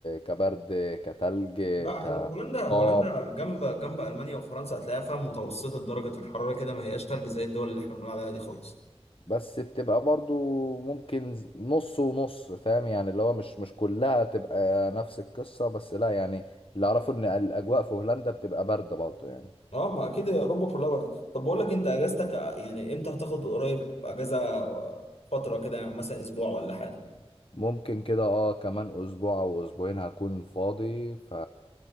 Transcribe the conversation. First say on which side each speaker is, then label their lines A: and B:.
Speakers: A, on the left (about 60°); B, on the left (about 85°).
A: كبرد كتلج
B: لا هل- هولندا هولندا
A: كطار
B: جنب جنب المانيا وفرنسا هتلاقيها فيها متوسطه درجه الحراره كده ما هياش تلج زي الدول اللي احنا بنقول عليها دي خالص
A: بس بتبقى برضو ممكن نص ونص فاهم يعني اللي هو مش مش كلها تبقى نفس القصة بس لا يعني اللي اعرفه ان الاجواء في هولندا بتبقى برد برضو يعني
B: اه ما اكيد هي اوروبا كلها برضه طب بقول لك انت اجازتك يعني امتى هتاخد قريب اجازه فتره كده يعني مثلا اسبوع ولا حاجه
A: ممكن كده اه كمان اسبوع او اسبوعين هكون فاضي ف